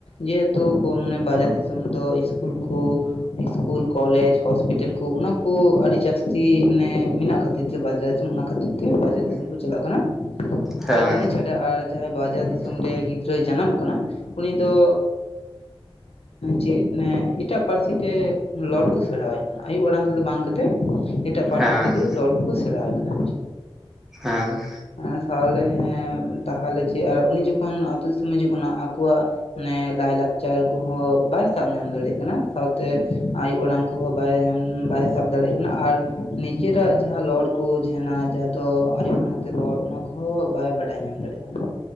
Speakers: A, on the left (about 80°); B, in the centre.
A: ᱡᱮᱦᱮᱛᱩ ᱠᱚ ᱢᱟᱱᱮ ᱵᱟᱡᱟᱨ ᱫᱤᱥᱚᱢ ᱫᱚ ᱤᱥᱠᱩᱞ ᱠᱚ ᱤᱥᱠᱩᱞ ᱠᱚᱞᱮᱡᱽ ᱦᱚᱥᱯᱤᱴᱟᱞ ᱠᱚ ᱚᱱᱟ ᱠᱚ ᱟᱹᱰᱤ ᱡᱟᱹᱥᱛᱤ ᱢᱟᱱᱮ ᱢᱮᱱᱟᱜ ᱠᱷᱟᱹᱛᱤᱨ ᱛᱮ ᱵᱟᱡᱟᱨ ᱛᱮ ᱚᱱᱟ ᱠᱷᱟᱹᱛᱤᱨ ᱛᱮ ᱾ ᱵᱟᱡᱟᱨ ᱫᱤᱥᱚᱢ ᱠᱚ ᱪᱟᱞᱟᱜ ᱠᱟᱱᱟ
B: ᱦᱮᱸ
A: ᱟᱨ ᱤᱱᱟᱹ ᱪᱷᱟᱲᱟ ᱟᱨ ᱡᱟᱦᱟᱸᱭ ᱵᱟᱡᱟᱨ ᱫᱤᱥᱚᱢ ᱨᱮ ᱜᱤᱫᱽᱨᱟᱹᱭ ᱡᱟᱱᱟᱢᱚᱜ ᱠᱟᱱᱟ ᱩᱱᱤ ᱫᱚ ᱪᱮᱫ ᱮᱴᱟᱜ ᱯᱟᱹᱨᱥᱤ ᱛᱮ ᱨᱚᱲ ᱠᱚ ᱥᱮᱬᱟᱣᱟᱭ ᱠᱟᱱᱟ ᱟᱭᱩ ᱟᱲᱟᱝ ᱛᱮᱫᱚ ᱵᱟᱝ ᱠᱟᱛᱮᱜ, ᱮᱴᱟᱜ ᱯᱟᱹᱨᱥᱤ
B: ᱦᱮᱸ
A: ᱛᱮᱜᱮ ᱞᱚᱞ ᱠᱚ ᱥᱮᱬᱟ ᱟᱭ ᱠᱟᱱᱟ ᱾
B: ᱦᱮᱸ᱾
A: ᱦᱮᱸ ᱥᱟᱶᱞᱮ ᱦᱮᱸ ᱛᱟᱦᱚᱞᱮ ᱪᱮᱜ ᱩᱱᱤ ᱡᱚᱠᱷᱚᱱ ᱟᱛᱳ ᱫᱤᱥᱚᱢᱮ ᱦᱤᱡᱩᱜ ᱠᱟᱱᱟ ᱟᱠᱚᱣᱟᱜ, ᱢᱟᱱᱮ ᱞᱟᱭ-ᱞᱟᱠᱪᱟᱨ ᱠᱚᱦᱚᱸ ᱵᱟᱭ ᱥᱟᱵ ᱧᱟᱢ ᱫᱟᱲᱮᱭᱟᱜ ᱠᱟᱱᱟ ᱥᱟᱶᱛᱮ ᱟᱭᱩ ᱟᱲᱟᱝ ᱠᱚᱦᱚᱸ ᱵᱟᱭ ᱧᱟᱢ ᱵᱟᱭ ᱥᱟᱵ ᱫᱟᱲᱮᱭᱟᱜ ᱠᱟᱱᱟ ᱟᱨ, ᱱᱤᱡᱮᱨᱟᱜ ᱡᱟᱦᱟᱸ ᱞᱚᱲ ᱠᱚ ᱡᱷᱮᱱᱟ ᱡᱟᱦᱟᱸ ᱫᱚ ᱟᱭᱳ ᱟᱲᱟᱝ ᱛᱮ ᱨᱚᱲ ᱚᱱᱟ ᱠᱚᱦᱚᱸ ᱵᱟᱭ ᱵᱟᱰᱟᱭ ᱧᱟᱢ ᱫᱟᱲᱮᱭᱟᱜ ᱠᱟᱱᱟ᱾